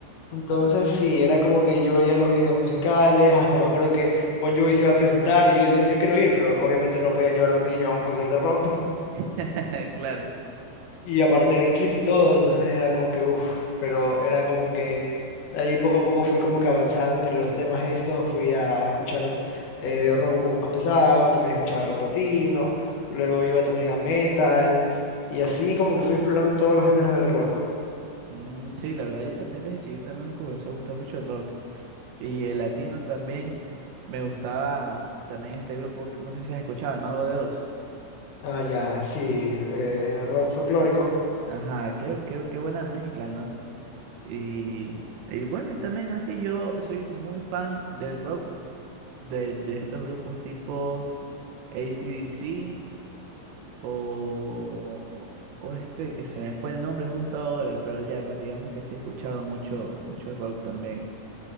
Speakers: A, on the left; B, on the right.
A: Entonces sí, era como que yo veía los videos musicales, hasta me acuerdo que Bon Jovi se iba a presentar y yo decía, yo quiero ir, pero obviamente no podían llevar a un niño a un concierto de rock.
B: <laughs> Claro.
A: Y aparte era en Quito y todo, entonces era como que, uff, pero era como que ahí poco a poco fui como que avanzando entre los temas estos, fui a escuchar eh, rock un poco más pesado, también escuchaba rock latino, luego iba también a metal, y así como que fui explorando todos los géneros del rock.
B: Mm, sí, la verdad, yo también desde chiquito también me comenzó a gustar mucho el rock. Y el latino también. Me gustaba también este grupo, no sé si has escuchado, El Mago de Oz.
A: Ah, ya, sí, eh,
B: Sí, sí, sí,
A: rock
B: sí.
A: folclórico.
B: Ajá, qué, qué, qué buena mezcla, ¿no? Y, y bueno, y también así yo soy muy fan del rock, de, de estos grupos tipo AC/DC o, o este que se me fue el nombre justo ahora, pero ya, pues digamos que sí he escuchado mucho, mucho rock también.